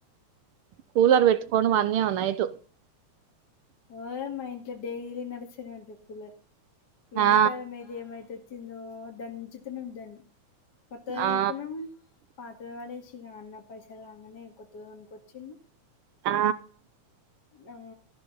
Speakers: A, on the right; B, on the left.
A: కూలర్ పెట్టుకోం ఆ నైట్
B: ఓ మా ఇంట్లో డైలీ నడుస్తూనే ఉంటుంది కూలర్. ఎండకాలం
A: ఆ
B: అయితే ఏమైతే వచ్చిందో రోజూ దంచితూనే ఉంటాది. కొత్త కొనుక్కున్నాం
A: ఆ
B: పాత పడేసి ఇగా అన్న పైసలు రాంగానే కొత్తది కొనుక్కొచ్చిర్రు.
A: ఆ
B: ఆ